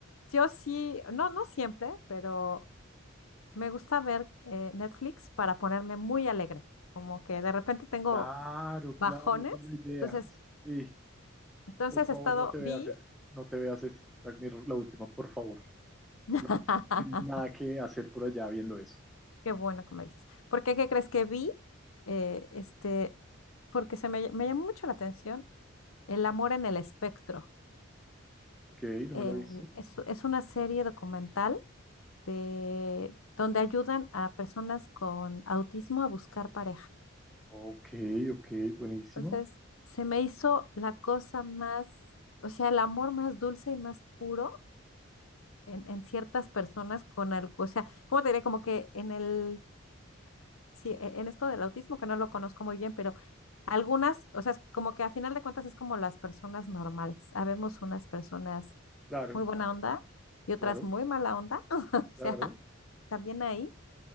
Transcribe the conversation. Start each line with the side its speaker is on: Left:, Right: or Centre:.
Left: yo sí, no, no siempre, pero Me gusta ver eh, Netflix para ponerme muy alegre, como que de repente tengo
Centre: claro,
Left: bajones.
Centre: claro, esa es la idea.
Left: Entonces,
Centre: Sí.
Left: entonces
Centre: Por favor,
Left: he estado,
Centre: no te veas
Left: vi,
Centre: eso. No te veas eso. Black Mirror, la última, por favor.
Left: <laughs>
Centre: No, no tienes nada que hacer por allá viendo eso.
Left: qué bueno que me dices. ¿Por qué, qué crees que vi? Eh, este, porque se me, me llamó mucho la atención El amor en el espectro.
Centre: Ok, no
Left: Eh,
Centre: me la he visto.
Left: es, es una serie documental de, donde ayudan a personas con autismo a buscar pareja.
Centre: Ok, ok, buenísima.
Left: Entonces, se me hizo la cosa más, o sea, el amor más dulce y más puro en, en ciertas personas con algo, o sea, ¿cómo te diré? Como que en el, sí, e- en esto del autismo, que no lo conozco muy bien, pero algunas, o sea, es como que a final de cuentas es como las personas normales. Habemos unas personas
Centre: Claro,
Left: muy buena onda y otras
Centre: claro,
Left: muy mala onda, <laughs> o sea,
Centre: claro.
Left: también ahí.